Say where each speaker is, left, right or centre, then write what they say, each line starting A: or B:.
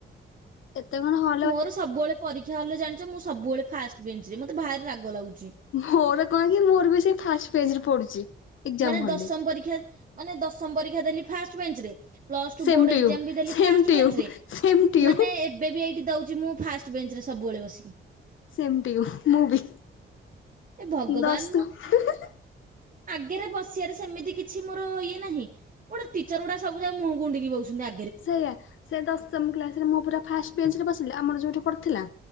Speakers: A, on the left (about 80°); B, on the right (about 40°).
A: ଏତେ କଣ ହ
B: ମୋର ସବୁବେଳେ ପରୀକ୍ଷା ହଲ ରେ ଜାଣିଛ ମୁଁ ସବୁବେଳେ ଫାଷ୍ଟ ବେଞ୍ଚ ରେ ମତେ ଭାରି ରାଗ ଲାଗୁଛି।
A: ମୋର କଣ କି ମୋର ବି ସେ ଫାଷ୍ଟ ପେଜ୍ରେ ପଡୁଛି। ଏକ୍ଜାମ
B: ମାନେ
A: ହଲରେ
B: ଦଶମ ପରୀକ୍ଷା ମାନେ ଦଶମ ପରୀକ୍ଷା ଦେଲି ଫାଷ୍ଟ ବେଞ୍ଚ ରେ। Plus two
A: same
B: board exam
A: you
B: ବି ଦେଲି
A: same
B: first
A: to
B: bench
A: you
B: ରେ
A: ସେମ୍ ଟୁ ୟୁ।
B: ମାନେ ଏବେ ବି ଏଇଠି ଦଉଛି ମୁଁ ଫାଷ୍ଟ ବେଞ୍ଚ ରେ ସବୁବେଳେ ବସିକି।
A: ସେମ ଟୁ ୟୁ ମୁଁ ବି
B: ଏ ଭଗବାନ
A: ଦଶମ ହି ହି
B: ଆଗେରେ ବସିବାରେ ସେମିତି କିଛି ମୋର ଇଏ ନାହିଁ ଗୋଟେ ଟିଚର ଗୁଡା ସବୁ ଯାକ ମୁହଁ କୁ ଉଣ୍ଡିକି ବହୁଛନ୍ତି ଆ
A: ସେଇଆା ସେ ଦଶମ୍ କ୍ଲାସ୍ ରେ ମୁଁ ପୁରା ଫାଷ୍ଟ ବେଞ୍ଚ ରେ ବସିଲି ଆମର ଯୋଉଠି ପଢ଼ିଥିଲା।